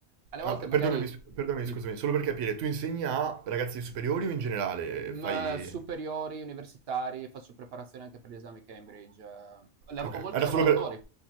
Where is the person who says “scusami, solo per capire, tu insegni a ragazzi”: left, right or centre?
Right